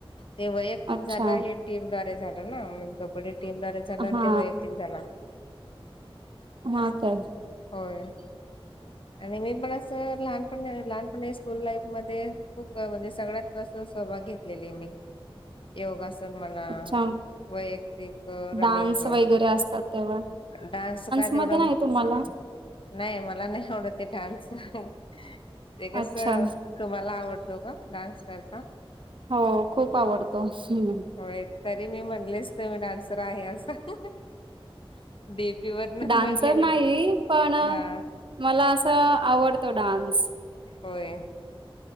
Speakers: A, on the left; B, on the right.
A: ते वैयक्तिक
B: अच्छा
A: झालं हे टीम द्वारे झालं ना म्हणजे कबड्डी टीमद्वारे झाला अनं
B: हा
A: ते वैयक्तिक झाल.
B: हा काय
A: होय. आणि मी पण असं लहानपनी लहानपणी स्कूल लाईफ मध्ये खूप अ म्हणजे सगळ्यात असं सहभाग घेत लेले मी
B: <inaudible>
A: योगासन म्हणा
B: अच्छा
A: वैयक्तिक रनिंग
B: डान्स वगैरे असतात तेव्हा
A: डान्स काय
B: मध्ये
A: तेवढा
B: नाही तुम्हाला
A: नाय मला नाय आवडत ते डान्सचं ते कस
B: अच्छा
A: तुम्हाला आवडतो का? डान्स करता?
B: हो खूप आवडतो हूं
A: होय तरी मी म्हणलेच तुम्ही डान्सर आहे असं डीपी वरण
B: डान्सर
A: म्हणले
B: नाही
A: मी
B: पण
A: हा
B: मला अस आवडतो डान्स.
A: होय.